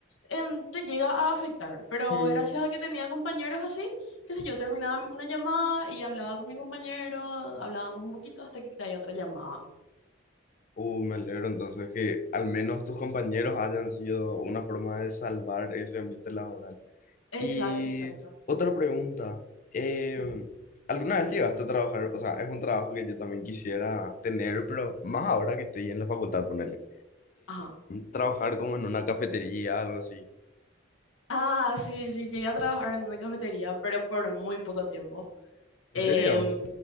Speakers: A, on the left; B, on the left.
A: em, te llega a afectar, pero
B: Mm,
A: gracias a que tenía compañeros así, qué sé yo, terminaba una llamada y hablaba con mi compañero, hablábamos un poquito hasta que caía otra llamada.
B: Uh, me alegro entonces que al menos tus compañeros hayan sido una forma de salvar ese ambiente laboral. Y
A: Exacto, exacto.
B: otra pregunta, eh,
A: Ujú.
B: ¿alguna vez llegaste a trabajar? O sea, es un trabajo que yo también quisiera tener, pero más ahora que estoy en la facultad, ponerle.
A: Ajá.
B: trabajar como en una cafetería, algo así.
A: Ah, sí, sí, llegué a trabajar en una cafetería, pero por muy poco tiempo.
B: ¿En
A: Em,
B: serio?